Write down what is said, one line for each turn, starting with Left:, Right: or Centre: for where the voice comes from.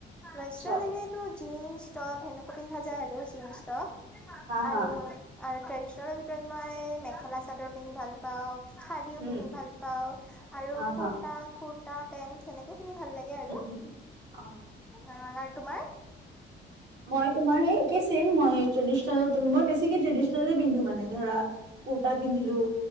Centre: ৱেষ্টাৰ্ণ
Right: আচ্ছা
Centre: এনেই টো জিন্স টপ সেনেকুৱা পিন্ধা যায় আৰু, জীন্চ টপ।
Right: হা
Centre: আৰু
Right: হা,
Centre: আৰু ট্ৰেডিচনেলৰ ভিতৰত মই মেখেলা চাদৰ পিন্ধি ভাল পাওঁ শাৰীও
Right: উম,
Centre: পিন্ধি ভাল পাওঁ আৰু
Right: হা
Centre: কুুৰ্তা
Right: হা,
Centre: কুুৰ্তা পেন্ট সেনেকেও পিন্ধি ভাল লাগে। সেয়ে আৰু।
Right: উম, হুম, অ'।
Centre: আৰু তোমাৰ?
Right: মই তোমাৰ সেই একেছেম, মই ট্ৰেডচনেল মই বেছিকে ট্ৰেডিচনেল পিন্ধো। মানে ধৰা কুৰ্তটা পিন্ধিলো,